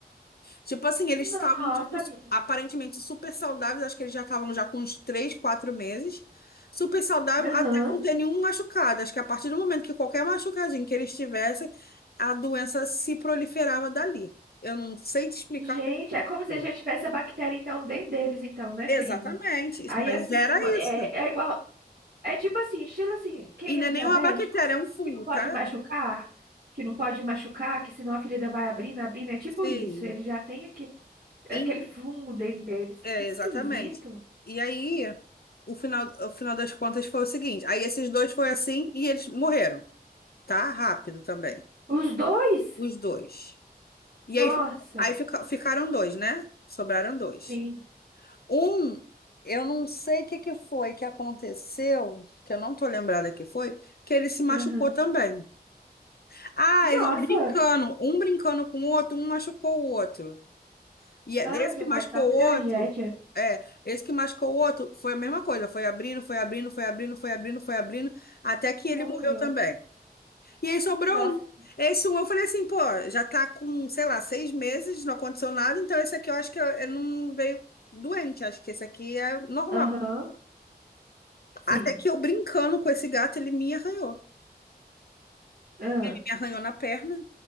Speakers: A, on the left (about 65°); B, on the right (about 65°).
A: Tipo assim, eles
B: Nossa,
A: estavam tipo,
B: amiga.
A: su- aparentemente super saudáveis, acho que eles já estavam já com uns 3, 4 meses. Super saudável
B: Aham.
A: até não ter nenhum machucado. Acho que a partir do momento que qualquer machucadinho que eles tivessem, a doença se proliferava dali. Eu não sei te explicar
B: Gente,
A: o que
B: é como
A: aconteceu.
B: se já tivesse a bactéria, então, dentro deles, então, né,
A: Exatamente,
B: prima?
A: isso-
B: Aí,
A: mas
B: assim,
A: era
B: uma- é,
A: isso.
B: é igual. É tipo assim, estilo assim, quem
A: E não
B: é diabético,
A: é nenhuma bactéria, é um fungo,
B: que não pode
A: tá?
B: machucar, que não pode machucar, que senão a ferida vai abrindo, abrindo, é tipo
A: Sim.
B: isso. Ele já tem aque-
A: E-
B: aquele fungo dentro deles.
A: é,
B: Que esquisito.
A: exatamente. E aí, o final, o final das contas foi o seguinte: aí esses dois foi assim e eles morreram. tá rápido também.
B: Os dois?
A: Os dois. E
B: Nossa.
A: aí, fi- aí fica- ficaram dois, né? Sobraram dois.
B: Sim.
A: Um, eu não sei o que que foi que aconteceu, que eu não tô lembrada que foi, que ele se machucou
B: Aham.
A: também. Ah,
B: Nossa.
A: eles brincando, um brincando com o outro, um machucou o outro. E é-
B: Ai,
A: esse
B: meu
A: que
B: pai
A: machucou
B: do céu, que
A: o
B: tragédia.
A: outro, é, esse que machucou o outro foi a mesma coisa, foi abrindo, foi abrindo, foi abrindo, foi abrindo, foi abrindo, até que
B: Morreu.
A: ele morreu também. E aí sobrou
B: Nossa.
A: um. Esse um eu falei assim, pô, já tá com, sei lá, seis meses, não aconteceu nada, então esse aqui eu acho que eu, eu não veio doente, acho que esse aqui é normal.
B: Aham. Sim.
A: Até que eu brincando com esse gato, ele me arranhou.
B: Aham.
A: Ele me arranhou na perna